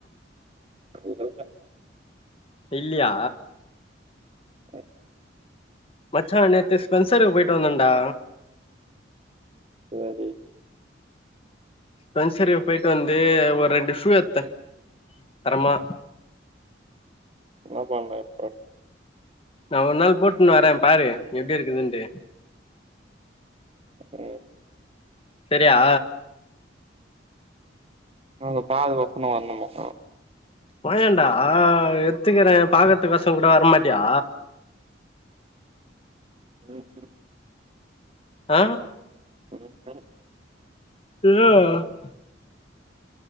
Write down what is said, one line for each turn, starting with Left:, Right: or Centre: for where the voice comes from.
Right: இன்னுல்ல
Left: இல்லியா
Right: <unintelligible>
Left: மச்சா நேத்து ஸ்பென்சருக் போயிட்டு வந்தேன்டா
Right: சேரி
Left: ஸ்பென்சரி போயிட்டு வந்து ஒரு ரெண்டு ஷூ எத்தே தரமா
Right: என்னா பண்ற
Left: நா ஒரு நாள் போட்னு வரே பாரு எப்டி இருக்குதுன்ட்டு
Right: ம்
Left: செரியா
Right: உங்க பாதுகாப்புக்கு நா வரணுமாக்கு
Left: வாயேன்டா எத்துக்குறே பாக்கற்துக்காசோ கூட வரமாட்டியா
Right: ம்ஹும்
Left: ஆ
Right: ம்ஹும்
Left: ஏ